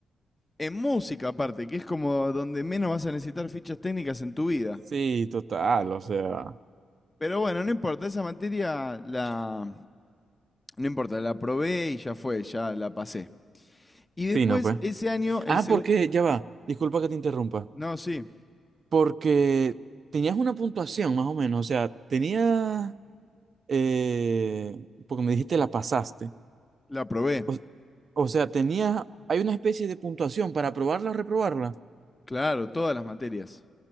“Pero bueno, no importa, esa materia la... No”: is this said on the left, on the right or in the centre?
Left